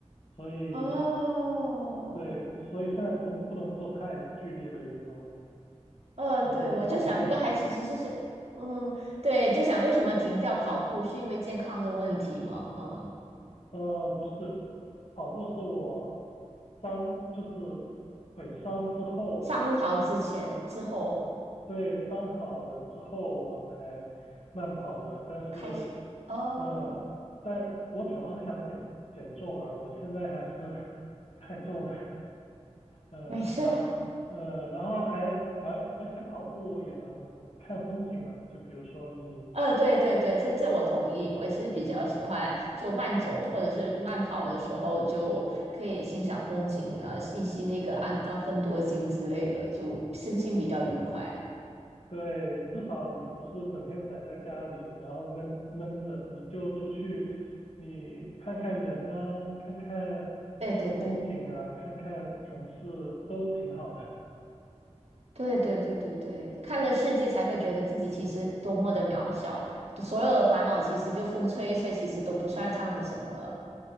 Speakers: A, on the left; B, on the right.
A: 所以
B: 哦，
A: 对，所以现在不不能做太剧烈的运动，
B: 呃，
A: 我只能跑步。
B: 对，我就想这个还其实是想，
A: <laughs>
B: 嗯，对，就想为什么停掉跑步是因为健康的问题吗？嗯，
A: 呃，不是，跑步是我伤，就是腿伤之后，
B: 伤好之前之后
A: 对，伤好了之后我才慢跑的。但是，
B: 开始，哦，
A: 呃，但我主要是想减减重啊，我现在还是 <laughs> 太重了，呃，
B: 没事，
A: 然后呃，然后还而而且跑步也能看风景嘛，就比如说你
B: 呃，对对对，这这我同意，我也是比较喜欢就慢走或者是慢跑的时候就可以欣赏风景，呃，吸吸那个安啊芬多精之类的，就身心比较愉快。
A: 对，至少你不是整天宅在家里，然后闷闷着，你就出去，你看看人呐、看看
B: 对对对。
A: 风景啊，看看城市，都挺好的。
B: 对对对对对，看了世界才会觉得自己其实多么的渺小，所有的烦恼其实就风吹一吹，其实都不算上的什么了。